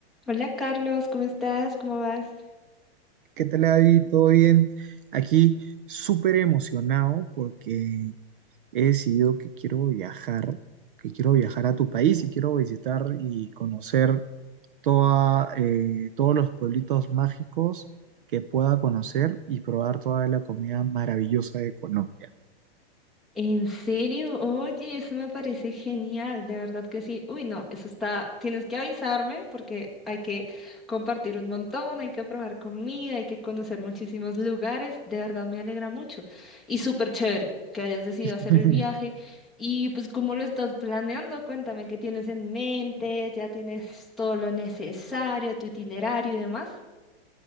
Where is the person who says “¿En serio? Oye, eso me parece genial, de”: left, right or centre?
Centre